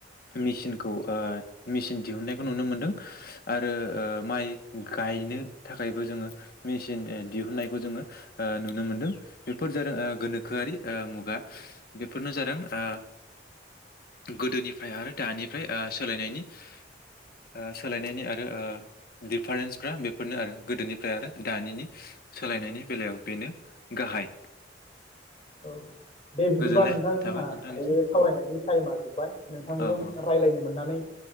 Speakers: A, on the left (about 55°); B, on the left (about 35°).
A: मेचिनखौ ओ मेचन दिहुनन्नायखौ नुनो मोनदों आरो ओ माइ गायनो थाखायबो जोङो मेचन दिहुननायखौ जोङो ओ नुनो मोनदों बेफोर जादों ओ गोनोखोआरि ओ मुगा बेफोरनो जादों ओ गोदोनि फ्राय आरो दानिफ्राय ओ सोलायनायनि ओ सोलायनायनि आरो ओ दिडिफारेन्सफ्रा बेफोरनो आरो गोदोनिफ्राय आरो दानिनि सोलायनायनि बेलायाव बेनो गाहाय।
B: औ दे बिदिबा
A: गोजोननाय
B: नोंथां जोंहा
A: थाबाय नोंथांनिसिम
B: दायो सावरायनायनि
A: औ
B: टाइमा जोब्बाय। नोंथांजों
A: औ औ
B: रायज्लायनो मोननानै